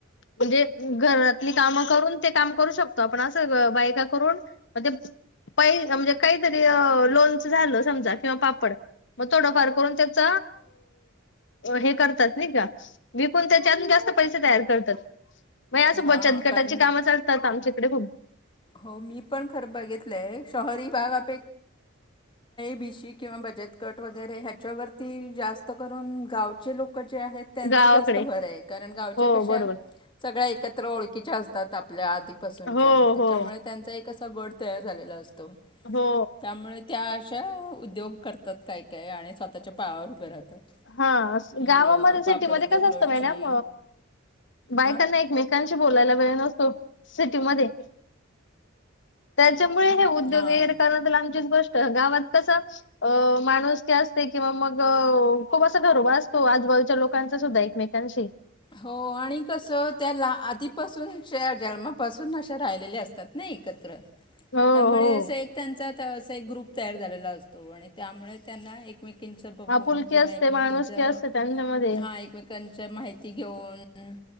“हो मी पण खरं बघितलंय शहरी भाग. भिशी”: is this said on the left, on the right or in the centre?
Left